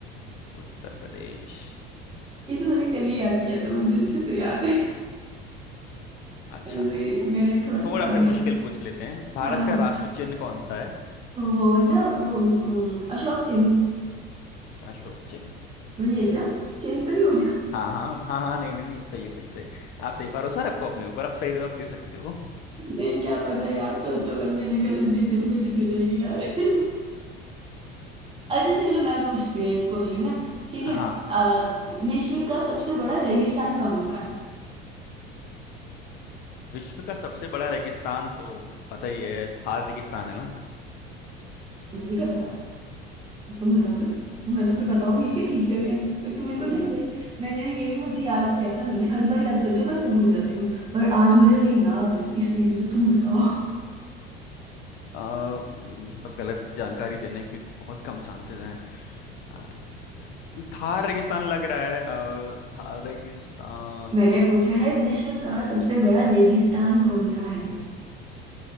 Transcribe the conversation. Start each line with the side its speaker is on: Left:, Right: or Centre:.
Left: उत्तर प्रदेश
Right: ये तो मैंने कल ही याद किया तो मुझे अच्छे से याद है
Left: अच्छा
Right: कल मेरे मैंने थोड़ा सा
Left: थोड़ा
Right: पढ़
Left: फिर
Right: लिया
Left: मुश्किल
Right: था
Left: पूछ लेते हैं भारत
Right: हाँ
Left: का
Right: हाँ
Left: राष्ट्र चिन्ह कौन सा है
Right: वो है ना वो अम, अशोक चेन
Left: अशोक चिन्ह
Right: वही
Left: हम्म
Right: है क्या चेंज तो नहीं हो
Left: हाँ हाँ हाँ हाँ नहीं नहीं नहीं सही है सही सही आप सही भरोसा रखो अपने ऊपर आप सही जवाब दे सकते हो
Right: मैं क्या पता यार सोचो अगर मैंने गलत दे दिया तो बेइज्जती हो जाएगी यार अच्छा चलो मैं पूछती हूँ एक क्वेश्चन ना ठीक
Left: <laughs>
Right: है
Left: हाँ
Right: अ,
Left: तो
Right: विश्व का सबसे बड़ा रेगिस्तान कौन सा है
Left: विश्व का सबसे बड़ा रेगिस्तान तो पता ही है थार रेगिस्तान है ना
Right: मुझे क्या पता तुम बताओगे मैं तो फिर बताऊंगी कि ठीक है या नहीं क्योंकि मेरे को नहीं है मैंने ये भी मुझे याद किया था मैंने हर बार याद करती हूँ मैं फिर भूल जाती हूँ पर आज मुझे ये याद है इसीलिए तो तुम बताओ
Left: अ, मतलब गलत जानकारी देने के बहुत कम चांसेस हैं अ, इस- थार रेगिस्तान लग रहा है अ, थार रेगिस्तान
Right: मैंने पूछा है विश्व का सबसे बड़ा रेगिस्तान कौन सा है